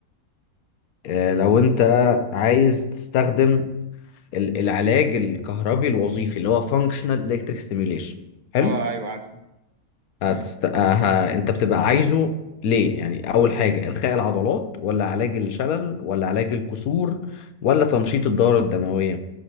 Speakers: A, on the left; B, on the right.
A: آه، لو انت عايز تستخدم ال- العلاج الكهربي الوظيفي اللي هو functional electric stimulation حلو
B: اه ايوه عارفه
A: هتست...
B: امم
A: آه، ه... انت بتبقى عايزه ليه يعني اول حاجة الخاء العضلات ولا علاج الشلل ولا علاج الكسور ولا تنشيط الدورة الدموية